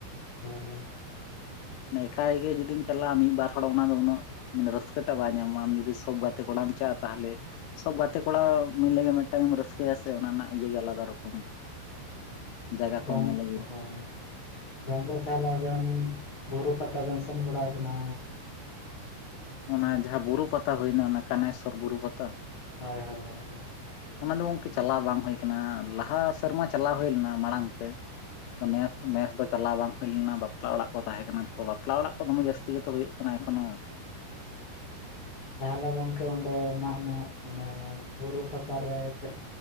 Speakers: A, on the left; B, on the left.
A: ᱦᱮᱸ ᱦᱮᱸ
B: ᱱᱮ ᱮᱠᱷᱟᱭ ᱜᱮ ᱡᱩᱫᱤᱢ ᱪᱟᱞᱟᱜ-ᱟ ᱢᱤᱜ ᱵᱟᱨ ᱦᱚᱲ ᱚᱱᱟ ᱫᱚ ᱩᱱᱟᱹᱜ ᱢᱟᱱᱮ ᱨᱟᱹᱥᱠᱟᱹ ᱴᱟᱜ ᱵᱟᱝ ᱧᱟᱢᱚᱜ-ᱟ ᱟᱢ ᱡᱩᱫᱤ ᱥᱚᱵ ᱜᱟᱛᱮ ᱠᱚᱲᱟᱢ ᱪᱟᱜ-ᱟ ᱛᱟᱦᱞᱮ ᱥᱚᱵ ᱜᱟᱛᱮ ᱠᱚᱲᱟ ᱢᱤᱞᱮ ᱜᱮ ᱢᱮᱜᱴᱟᱝ ᱮᱢ ᱨᱟᱹᱥᱠᱟᱹᱭᱟ ᱥᱮ ᱚᱱᱟ ᱨᱮᱱᱟᱜ ᱤᱭᱟᱹ ᱜᱮ ᱟᱞᱟᱫᱟ ᱨᱚᱠᱚᱢ᱾ ᱡᱟᱭᱜᱟ
A: ᱜᱝ
B: ᱠᱚᱢ ᱧᱮᱞ ᱟᱹᱜᱩᱭᱟ
A: ᱦᱳᱭ ᱜᱚᱝᱠᱮ ᱛᱟᱦᱞᱮ ᱟᱵᱮᱱ ᱵᱩᱨᱩ ᱯᱟᱛᱟ ᱵᱮᱱ ᱥᱮᱱ ᱵᱟᱲᱟᱣ ᱠᱟᱱᱟ?
B: ᱚᱱᱟ ᱡᱟᱦᱟᱸ ᱵᱩᱨᱩ ᱯᱟᱛᱟ ᱦᱩᱭᱱᱟ ᱚᱱᱟ ᱠᱟᱱᱮᱥᱥᱚᱨ ᱵᱩᱨᱩ ᱯᱟᱛᱟ᱾
A: ᱦᱚᱭ ᱦᱚᱭ ᱦᱚᱭ ᱦᱚᱭ᱾
B: ᱚᱱᱟ ᱫᱚ ᱜᱚᱝᱠᱮ ᱪᱟᱞᱟᱣ ᱵᱟᱝ ᱦᱩᱭ ᱠᱟᱱᱟ, ᱞᱟᱦᱟ ᱥᱮᱨᱢᱟ ᱪᱟᱞᱟᱣ ᱦᱩᱭ ᱞᱮᱱᱟ ᱢᱟᱲᱟᱝ ᱛᱮ᱾ ᱫᱚ ᱱᱮᱥ ᱱᱮᱥ ᱫᱚ ᱪᱟᱞᱟᱣ ᱵᱟᱝ ᱦᱩᱭ ᱞᱮᱱᱟ ᱵᱟᱯᱞᱟ ᱚᱲᱟᱜ ᱠᱚ ᱛᱟᱦᱮᱸ ᱠᱟᱱᱟ ᱛᱚ ᱵᱟᱯᱞᱟ ᱚᱲᱟᱜ ᱠᱚ ᱫᱚᱢᱮ ᱡᱟᱹᱥᱛᱤ ᱜᱮᱛᱚ ᱦᱩᱭᱩᱜ ᱠᱟᱱᱟ ᱮᱠᱷᱚᱱᱳ᱾
A: ᱛᱟᱦᱞᱮ ᱜᱚᱢᱠᱮ ᱚᱸᱰᱮ ᱢᱟᱜ ᱢᱟᱜ ᱢᱟᱱᱮ ᱵᱩᱨᱩ ᱯᱟᱛᱟ ᱨᱮ ᱪᱮᱜ,